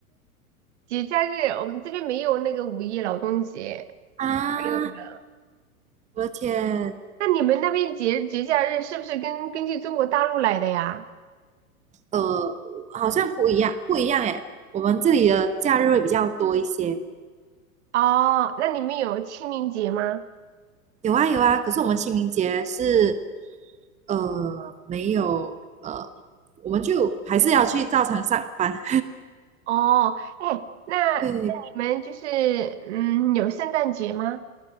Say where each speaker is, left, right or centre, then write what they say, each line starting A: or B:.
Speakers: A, on the right; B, on the right.
A: 节假日，我们这边没有那个五一劳动节，
B: <laughs> 啊！
A: 没有的。
B: 我的天，
A: 那你们那边节节假日是不是跟根据中国大陆来的呀？
B: 呃，好像不一样，不一样诶。我们这里的假日会比较多一些，
A: 哦，那你们有清明节吗？
B: 有啊有啊。可是我们清明节是呃没有呃，我们就还是要去照常上班。
A: 哦，哎，那那你们就是嗯有圣诞节吗？
B: <laughs> 对，